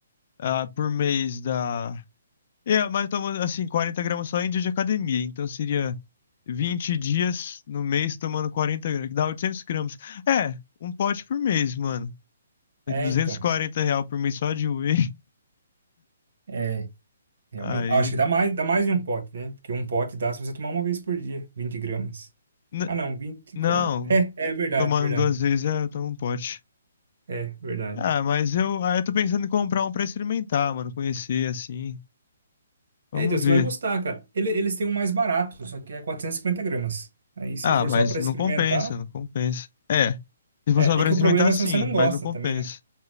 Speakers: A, on the left; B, on the right.
A: Ah, por mês dá É, mas toma, assim, 40 gramas só em dia de academia. Então seria 20 dias no mês tomando 40 gramas, que dá 800 gramas. É, um pote por mês, mano.
B: É,
A: Daqui 240
B: então.
A: real por mês só de whey. <laughs>
B: é. Realmente.
A: Aí.
B: Ah, acho que dá mais, dá mais de um pote, né? Porque um pote dá se você tomar uma vez por dia, 20 gramas.
A: N-
B: Ah, não, 20
A: não,
B: 40. É, é verdade,
A: tomando
B: verdade.
A: duas vezes é, eu tomo um pote.
B: É, verdade.
A: Ah, mas eu, ah, eu tô pensando em comprar um pra experimentar, mano. Conhecer, assim. Vamos
B: É, então você
A: ver.
B: vai gostar, cara. Ele- eles têm um mais barato, só que é quatrocentos e cinquenta gramas. Aí se
A: Ah,
B: for
A: mas
B: só pra
A: não
B: experimentar.
A: compensa, não compensa. É, se for
B: É,
A: só pra
B: é que
A: experimentar,
B: o problema é
A: sim,
B: se você não
A: mas
B: gosta
A: não compensa.
B: também, né?